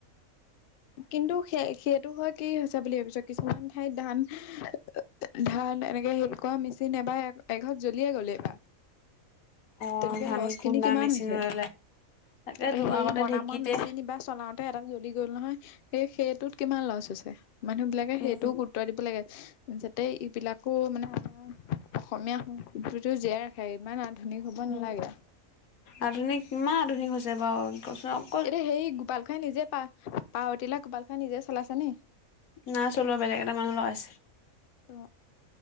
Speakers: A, on the left; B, on the left.
A: কিন্তু সেই সেইটো হয় কি হৈছে বুলি ভাবিছো কিছুমান ঠাইত ধান ই ই ইহ্ এও অ অ ধান এনেকে সেৰি কৰা মেচিন এবাৰ এঘৰত জ্বলিয়ে গ'লে এইবাৰ।
B: অ
A: তেনেকে
B: ধান
A: লছ
B: খুন্দা
A: কিনি কিমান
B: মেচিন
A: হৈছে?
B: ওলালে তাকেতো
A: এ সেই
B: আগতে
A: মনামৰ
B: ঢেঁকীতে
A: মেচিনবাৰ চলাও এটা জ্বলি গ'ল ইহ নহয় সেই সেইটোত কিমান লচ হৈছে মানুহ বিলাকে
B: উম,
A: সেইটো গু উতুৱাই দিব লাগে। ইস্ যাতে এইবিলাকো মানে আমাৰ অসমীয়া সংস্কৃতিটো জীয়াই ৰাখে। সে ইমান আধুনিক হ'ব
B: উম,
A: নালাগে।
B: আধুনিক কিমান আধুনিক হৈছে বাৰু কচোন অ
A: এতিয়া সেই গোপাল খাই নিজে পা পাৱাৰটিলা গোপাল খাই নিজেই চলাইছে নি?
B: নাই চলোৱা বেলেগ এটা মানুহ লগাইছে।
A: অ